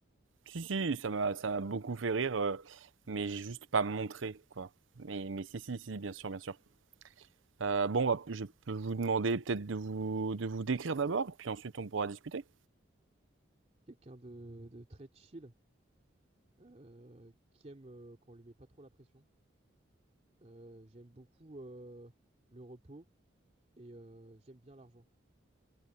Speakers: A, on the right; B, on the right.
A: Si, si, ça m'a ça m'a beaucoup fait rire, euh, mais j'ai juste pas montré, quoi. Mais, mais si, si, si, bien sûr, bien sûr. Euh, bon, bah, je peux vous demander peut-être de vous, de vous décrire d'abord, puis ensuite on pourra discuter.
B: Quelqu'un de, de très chill. euh, qui aime euh, quand on lui met pas trop la pression. Euh, j'aime beaucoup euh, le repos et euh, j'aime bien l'argent.